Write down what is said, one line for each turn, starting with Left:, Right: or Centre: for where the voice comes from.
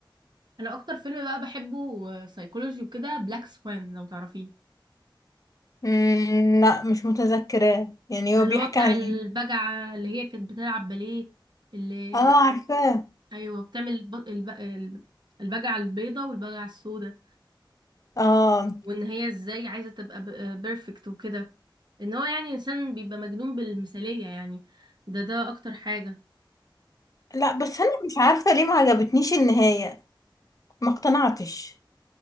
Right: انا اكتر فيلم بقى بحبه سايكولوجي وكده بلاك سوان لو تعرفيه
Left: مم لا مش متذكراه يعني
Right: اللي
Left: هو بيحكي
Right: هو بتاع
Left: عن
Right: البجعه
Left: ايه
Right: اللي هي كانت بتلعب باليه اللي
Left: اه عارفاه
Right: ايوه بتعمل الب... الب... الب- البجعه البيضه والبجعه السوداء
Left: اه
Right: وان هي ازاي عايزه تبقى بيرفكت وكده ان هو يعني انسان بيبقى مجنون بالمثاليه يعني ده ده اكتر حاجه
Left: لا بس انا مش عارفة ليه ما عجبتنيش النهاية ما اقتنعتش